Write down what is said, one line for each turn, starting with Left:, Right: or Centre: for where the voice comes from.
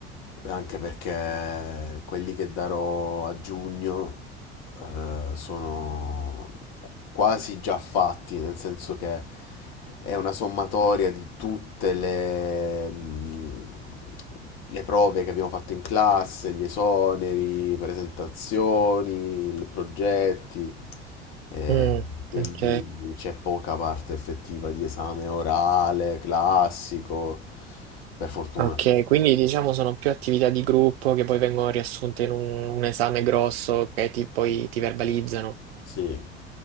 Left: anche perché quelli che darò a giugno eh, sono quasi già fatti, nel senso che è una sommatoria di tutte le, mh, le prove che abbiamo fatto in classe, gli esoneri, presentazioni, il- progetti, eh,
Right: Mm,
Left: quindi
Right: ok,
Left: c'è poca parte effettiva di esame orale, classico, per fortuna.
Right: Ok, quindi diciamo sono più attività di gruppo che poi vengono riassunte in un, un esame grosso che ti, poi ti verbalizzano.
Left: Sì,